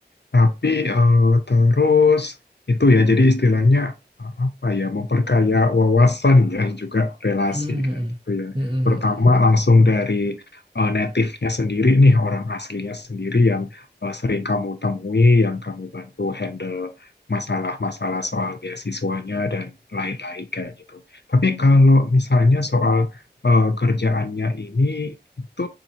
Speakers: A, on the left; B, on the right.
A: Tapi eh, terus itu ya, jadi istilahnya eh, apa ya, memperkaya wawasan ya <laughs> juga relasi
B: Hmm, hmm,
A: kayak gitu ya.
B: hmm,
A: Terutama
B: hmm, hmm.
A: langsung dari eh, native-nya sendiri nih, orang aslinya sendiri yang eh, sering kamu temui, yang kamu bantu handle masalah-masalah soal beasiswanya dan lain-lain kayak gitu. Tapi kalau misalnya soal eh, kerjaannya ini itu